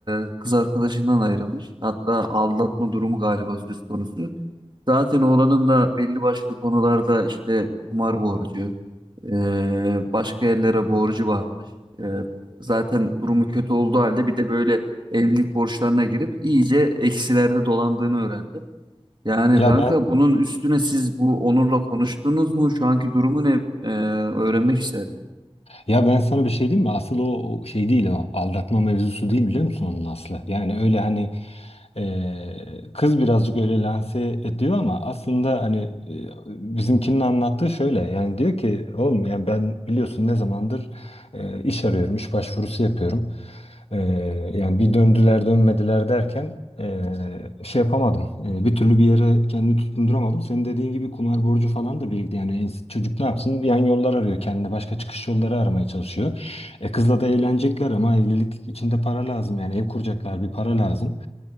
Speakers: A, on the right (about 50°); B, on the left (about 75°).
A: e, kız arkadaşından ayrılmış. Hatta aldatma durumu galiba söz konusu. Zaten oğlanın da belli başlı konularda işte kumar borcu, e, başka yerlere borcu varmış. E, zaten durumu kötü olduğu halde bir de böyle evlilik borçlarına girip iyice eksilerde dolandığını öğrendim. Yani
B: Ya
A: kanka
B: ben
A: bunun üstüne siz bu Onur'la konuştunuz mu? Şu anki durumu ne? Ee, öğrenmek isterim.
B: Ya ben sana bir şey diyeyim mi? Asıl o o şey değil o. Aldatma mevzusu değil biliyor musun onun aslı? Yani öyle hani e, kız birazcık öyle lanse ediyor ama aslında hani e, bizimkinin anlattığı şöyle. Yani diyor ki oğlum yani ben biliyorsun ne zamandır e, iş arıyorum, iş başvurusu yapıyorum. Ee, yani bir döndüler dönmediler derken ee, şey yapamadım. Ee, bir türlü bir yere kendimi tutunduramadım. Senin dediğin gibi kumar borcu falan da birlikte yani en- çocuk ne yapsın? Yan yollar arıyor kendine başka çıkış yolları aramaya çalışıyor. E, kızla da eğlenecekler ama evlilik içinde para lazım yani ev kuracaklar bir para lazım.